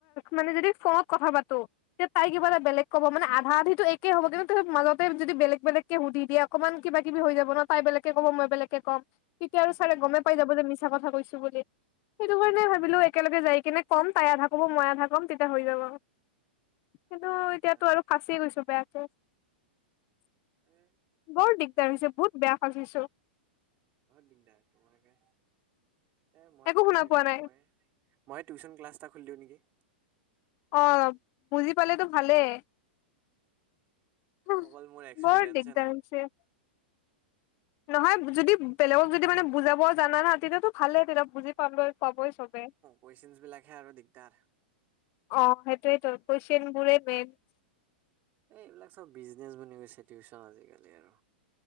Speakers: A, on the left (about 45°); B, on the right (about 35°).
A: মানে যদি ফোনত কথা পাতো তে তাই কিবা এটা বেলেগ ক'ব মানে আধা আধিটো এইক- কি হ'ব? কিন্তু তাছত মাজতে যদি বেলেগ বেলেগকে সুধি দিয়ে অকমান কিবা কিবি হৈ যাব ন' তাই বেলেকে ক'ব মই বেলেগে কম। তেতিয়া আৰু ছাৰে
B: উম
A: গমে
B: উম
A: পাই যাব যে মিছা কথা কৈছো বুলি, সেইটো
B: উম
A: কাৰণে, ভাবিলো একেলগে যায় কিনে- কম তাই আধা ক'ব মই আধা কম তেতিয়া হৈ যাব, কিন্তু
B: উম
A: এতিয়াটো
B: তাৰপিছত
A: আৰু ফাচ- চি গৈছো বেয়াকে,
B: এই
A: বৰ দিগদাৰ হৈছে বহুত বেয়া ফাচিছোঁ।
B: বহুত দিগদাৰ তোমাৰকা, এই মইয়ে
A: একো
B: পঢ়াই
A: শুনা
B: দিমগে
A: পোৱা নাই
B: ময়ে। মইয়ে টিউচন ক্লাছ এটা খুলি দিওঁ নেকি।
A: অঁ', বুজি পালেতো ভালেই। অঁ'
B: অকল মোৰ এক্সপিৰিয়েঞ্চে
A: বৰ দিগদাৰ
B: নাই
A: হৈছে। নহয়, যদি বেলেগক যদি মানে বুজাব জানা না তেতিয়াতো ভালে তেতিয়া বুজি পাবই পাবই চবে।
B: কুৱেচনছবিলাকহে আৰু দিগদাৰ।
A: অ', সেইটোৱেইতো কুৱেচনবোৰে মেইন।
B: এ, এইবিলাক চব বিজনেছ বনি গৈছে টিউচন আজিকালি আৰু।